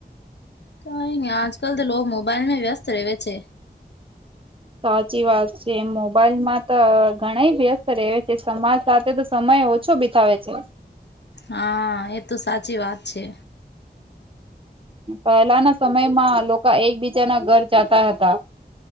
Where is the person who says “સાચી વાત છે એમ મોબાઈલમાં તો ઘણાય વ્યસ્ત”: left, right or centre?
Right